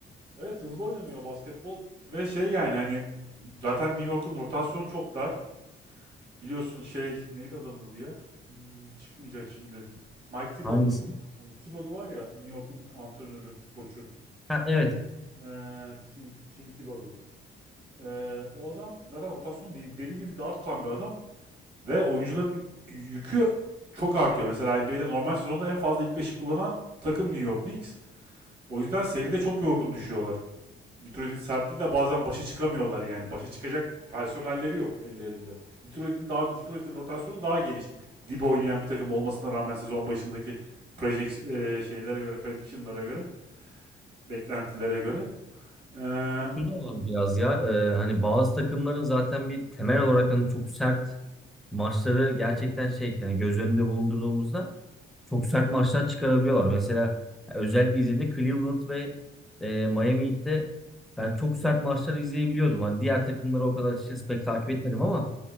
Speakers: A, on the right; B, in the centre.
A: Evet hızlı oynanıyor basketbol ve şey yani hani zaten New York'un rotasyonu çok dar. Biliyorsun şey neydi adamın adı ya? Hmm, çıkmayacak şimdi. Mike Thibodeau.
B: Hangisi?
A: Ama Thibodeau var ya New York'un antrenörü, koçu.
B: Ha, evet.
A: Ee, Tim, Tim Thibodeau. Ee, o adam zaten rotasyon değil, deli gibi dar tutan bir adam. Ve oyuncuların yükü çok artıyor. Mesela NBA'de normal sezonda en fazla ilk beşi kullanan takım New York Knicks. O yüzden seride çok yorgun düşüyorlar. Detroit'in sertliğiyle bazen başa çıkamıyorlar yani. Başa çıkacak personelleri yok ellerinde. Detroit'in daha Detroit'in rotasyonu daha geniş. Dibe oynayan bir takım olmasına rağmen sezon başındaki project e, şeylere göre, prediction'lara göre, beklentilere göre. Ee,
B: Şu da var biraz ya. Ee, hani bazı takımların zaten bir temel olarak hani çok sert maçları gerçekten şey yani göz önünde bulundurduğumuzda çok sert maçlar çıkarabiliyorlar. Mesela özellikle izlediğimde Cleveland ve e, Miami Heat'te ben çok sert maçları izleyebiliyordum. Hani diğer takımları o kadar açıkçası pek takip etmedim ama